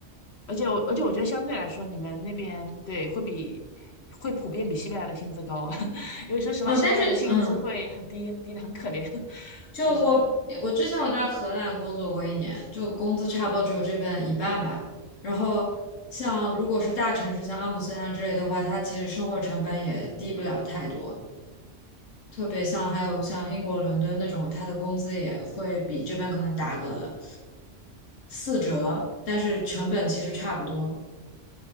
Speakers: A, on the left; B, on the left.
A: 而且我而且我觉得相对来说，你们那边对会比会普遍比西班牙的薪资高，<laughs> 因为说实话，
B: 呃，
A: 西班牙的薪资会很低，
B: 但是嗯，
A: 低的很可怜，<laughs>
B: 就我，
A: 就是这样。
B: 我之前我在荷兰工作过一年，就工资差不多只有这边一半吧。然后像如果是大城市，像阿姆斯特丹之类的话，它其实生活成本也低不了太多。特别像还有像英国伦敦那种，它的工资也会比这边可能打个四折，但是成本其实差不多。